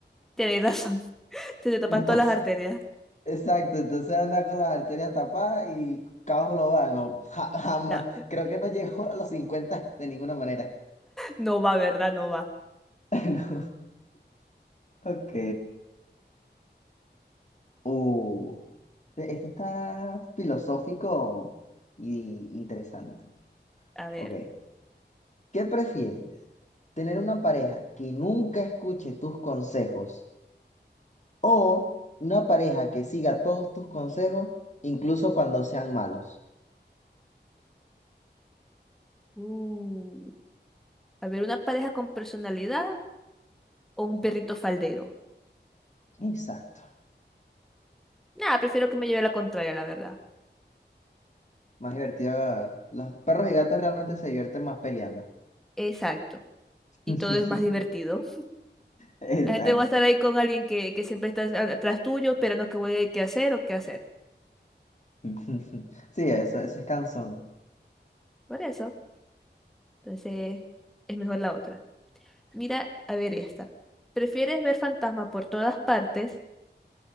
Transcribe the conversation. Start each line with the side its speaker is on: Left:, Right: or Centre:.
Centre: Tienes razón. Se te tapan
Left: <laughs> Entonces,
Centre: todas las arterias.
Left: exacto, entonces anda con las arterias tapadas y caos global, no, ja- jamás.
Centre: Ya.
Left: Creo que no llego a los 50 de ninguna manera.
Centre: No va, ¿verdad? No va.
Left: <laughs> No. Ok. Uh, este este está filosófico y interesante.
Centre: A ver.
Left: Ok. ¿Qué prefieres? ¿Tener una pareja que nunca escuche tus consejos o una pareja que siga todos tus consejos, incluso cuando sean malos?
Centre: Uh, a ver, una pareja con personalidad o un perrito faldero.
Left: Exacto.
Centre: Nada, prefiero que me lleve la contraria, la verdad.
Left: Más divertido. Los perros y gatos realmente se divierten más peleando.
Centre: Exacto. y
Left: <laughs>
Centre: todo es más divertido.
Left: Exacto.
Centre: La gente va a estar ahí con alguien que, que siempre está a- atrás tuyo, esperando que vuelva qué hacer o qué hacer.
Left: <laughs> Sí, eso, eso es cansón.
Centre: Por eso, entonces es mejor la otra. Mira, a ver esta. ¿Prefieres ver fantasmas por todas partes,